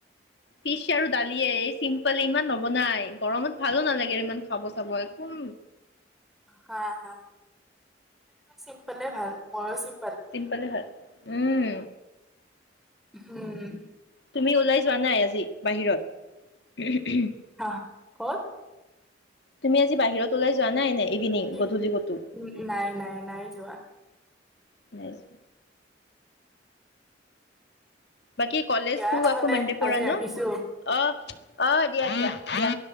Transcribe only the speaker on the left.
ফিচ আৰু দালিয়ে, এই চিম্পল ইমান নবনাই গৰমত ভালো নালাগে ইমান খাব চাব একো।
চিম্পলে ভাল, উম।
তুমি ওলাই যোৱা নাই, আজি বাহিৰত।
তুমি আজি বাহিৰত ওলাই যোৱা নাই নে ইভিনিং,
গধূলি ক'তো?
নাই। বাকী কলেজটো
আকৌ ম'ডে পৰা
ন। অ', অ' দিয়া, দিয়া, দিয়া